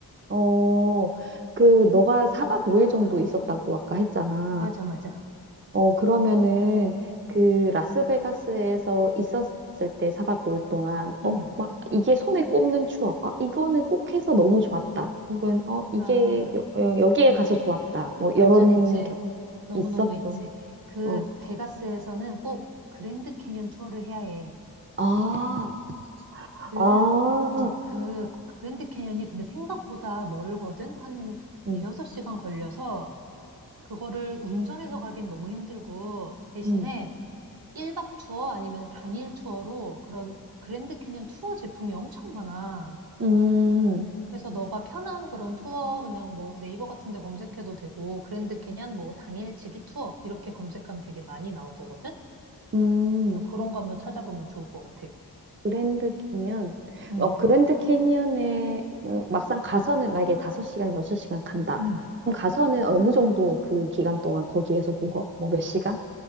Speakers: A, on the right; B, on the right.
A: 어, 그, 너가 4박 5일 정도 있었다고 아까 했잖아.
B: 맞아, 맞아.
A: 어, 그러면은, 그, 라스베가스에서 있었을 때 4박 5일 동안,
B: 응.
A: 어, 막, 이게 손에 꼽는 추억. 아, 이거는 꼭 해서 너무 좋았다. 혹은, 어, 이게,
B: 아,
A: 여, 여- 여기에 가서 좋았다. 뭐, 이런,
B: 완전 있지.
A: 겨,
B: 너무너무
A: 있어?
B: 있지.
A: 그럼,
B: 그
A: 어.
B: 베가스에서는 꼭 그랜드 캐년 투어를 해야 해.
A: 아,
B: 그,
A: 아,
B: 거, 그 그랜드 캐년이 근데 생각보다 멀거든? 한
A: 음,
B: 대여섯 시간 걸려서 그거를 운전해서 가긴 너무 힘들고 대신에
A: 음,
B: 1박 투어 아니면 당일 투어로 그런 그랜드 캐년 투어 제품이 엄청 많아.
A: 음,
B: 그래서 너가 편한 그런 투어 그냥 뭐 네이버 같은 데 검색해도 되고 그랜드 캐니언 뭐 당일치기 투어 이렇게 검색하면 되게 많이 나올 거거든.
A: 음.
B: 그래서 그런 거 한번 찾아보면 좋을 것 같아.
A: 그랜드 캐니언.
B: 응,
A: 어, 그랜드 캐니언에 어, 막상 가서는 만약에 다섯 시간 여섯 시간 간다.
B: 응.
A: 그럼 가서는 어느 정도 그 기간 동안 거기에서 묵어? 뭐 몇 시간?